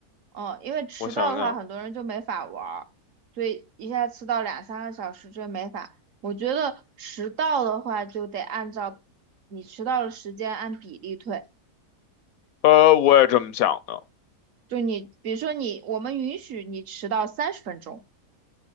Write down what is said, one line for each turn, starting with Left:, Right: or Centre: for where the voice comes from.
Right: 嗯，因为迟到的话，
Left: 我想想，
Right: 很多人就没法玩儿，所以一下迟到两三个小时这没法。我觉得迟到的话，就得按照你迟到的时间按比例退。
Left: 呃，我也这么想的。
Right: 就你，比如说你，我们允许你迟到三十分钟，